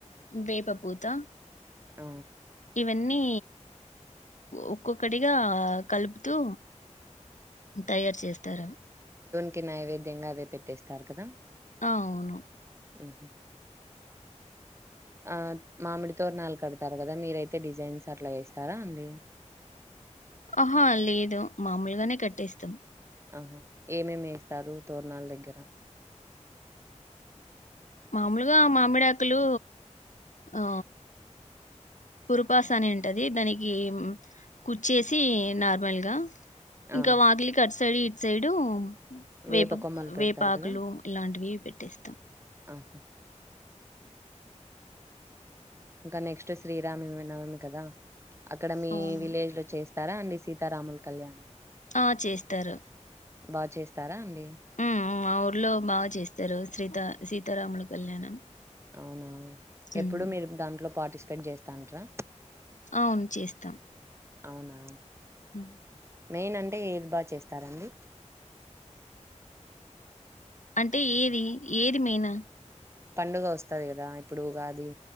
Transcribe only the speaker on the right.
అ
కి నైవేద్యంగా అదే పెట్టేస్తారు కదా
ఉహు ఆ మామిడి తోరణాలు కడతారు కదా మీరైతే డిజైన్స్ అట్లా ఏస్తారా అండి
ఆహా ఏమేమి వేస్తారు తోరణాల దగ్గర
ఆ!
వేప
కొమ్మలు పెడతారు
గదా!
ఆహా! ఇంకా నెక్స్ట్ శ్రీరామనవమి కదా అక్కడ మీ
విలేజ్ లో చేస్ స్తారా అండి సీతారాములు కళ్యాణం
బాగా చేస్తారా అండి
అవునా ఎప్పుడు
మీరు దాంట్లో పాటిస్ పేట్ చెస్తాంట్రా
అవునా
మెయిన్ అంటే ఏది బాగా చేస్తారండి
పండుగ వస్తది కదా ఇప్పుడు ఉగాది